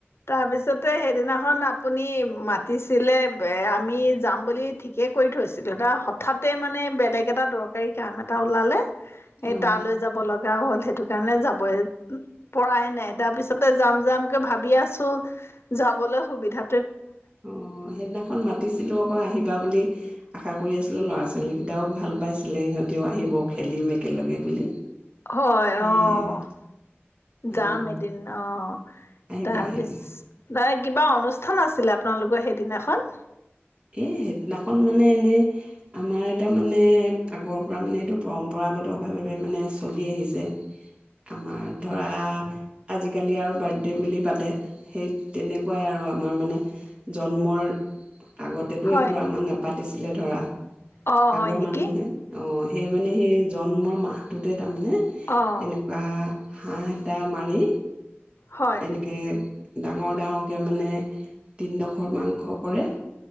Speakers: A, on the left; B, on the right.
A: তাৰপিছতে হেইদিনাখন আপ আপুনি মাতিছিলে এয়া আমি যাম বুলি ঠিকেই কৰি থৈছিলো এয়া হঠাতে মানে বেলেগ এটা দৰকাৰী কাম এটা ওলালে।
B: অ',
A: এ তালৈ যাব লগ যাৱ হ'ল হেটো কাৰণে যাবই পৰাই নাই তাৰ পিছত যাম, যাম কে ভাবি আছো যাবলৈ সুবিধা
B: অ', সেইদিনাখন মাতিছিলো আকৌ আহিবা বুলি। আশা কৰি আছিলোঁ ল'ৰা-ছোৱালীগিটাও ভাল পাইছিলে সিহঁতেও আহিব খেলিম একেলগে বুলি।
A: হয়
B: এ
A: অ',
B: অ',
A: যাম এদিন অ',
B: আহিবা
A: তাৰপিছ
B: আহিবা
A: দা কিবা অনুষ্ঠান আছিলে আপোনালোকৰ হেদিনাখন?
B: এই হেদিনাখন মানে এনেই আমাৰ তামানে আগৰ পৰা মানে এইটো পৰম্পৰাগতভাৱে মানে চলি আহিছে আমাৰ ধৰা আজিকালি আৰু বাৰ্থডে বুলি পাতে, সেই তেনেকুৱাই আৰু আমাৰ মানে জন্মৰ আগতেতো
A: হয়
B: এইবোৰ আমাৰ নাপাত তিছিলে ধৰা
A: অ',
B: আগৰ
A: হয় নেকি
B: মানুহে অই' এই মানে সেই জন্মৰ মাহটোতে তাৰমানে,
A: অ',
B: এনেকুৱা হাঁহ এটা মাৰি
A: হয়
B: এনেকে ডাঙৰ ডাঙৰকে মানে তিনিডোখৰ মাংস কৰে